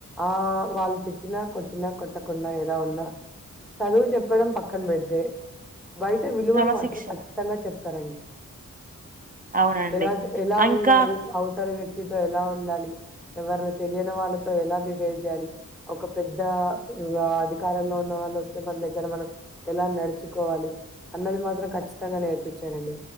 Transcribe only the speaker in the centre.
ఆ వాళ్ళు త్ ట్టినా కొట్టినా కొట్టకున్నా ఎలా ఉన్నా చదువు చెప్పడం పక్కన పెడితే బయట విలువలు
మాత్రం ఖచ్చితంగా చెప్తారండి
ఎలా ఎలా
ఉండాలి అవుతలీ వ్యక్తితో ఎలా ఉండాలి ఎవర్ని తెలియని వాళ్ళతో ఎలా బిహేవ్ చేయాలి ఒక పెద్ద అధికారంలో ఉన్న వాళ్ళు వస్తే మన దగ్గర మనం ఎలా నడుచుకోవాలి అన్నది మాత్రం ఖచ్చితంగా నేర్పించారండి